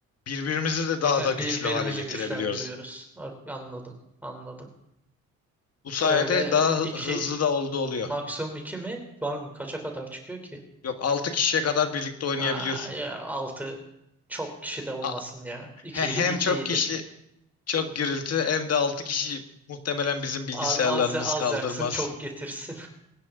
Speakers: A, on the left; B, in the centre.
A: birbirimizi de daha
B: He,
A: da güçlü
B: birbirimizi
A: hale getirebiliyoruz.
B: güçlendiriyoruz. Ok, Anladım, anladım.
A: Bu sayede
B: Öyle
A: daha
B: iki,
A: hı- hızlı da oldu oluyor.
B: maksimum iki mi? Var mı? Kaça kadar çıkıyor ki?
A: Yok 6 kişiye kadar birlikte oynayabiliyorsun.
B: Ha, ya altı çok kişi de olmasın
A: A-
B: ya. İki,
A: he- Hem
B: iki
A: çok
B: iyidir.
A: kişi çok gürültü hem de 6 kişi muhtemelen bizim bilgisayarlarımız
B: Az, az, az
A: kaldırmaz.
B: yaksın, çok getirsin.